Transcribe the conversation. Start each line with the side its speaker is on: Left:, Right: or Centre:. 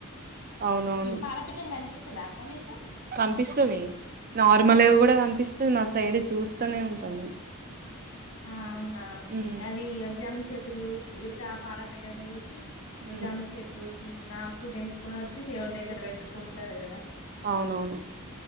Right: అవునవును
Left: పాలపీఠం కనిపిస్తదా అక్క మీకు
Right: కనిపిస్తుంది నార్మల్ కూడా
Left: ఆ
Right: కనిపిస్తుంది నా సైడ్ చూస్తూనే ఉంటాం మేము
Left: ఆను
Right: మ్మ్
Left: ఎయావి అ జామా చెట్టు ఇటు చూసి ఇట్ట పాలపిట్టని చూసి.
Right: మ్మ్
Left: జామ చెట్టు ఆకు తేపుకొని వచ్చి దేవుడి దెగ్గ దగ్గర పెట్టుకుంటారు కదా.
Right: అవునవును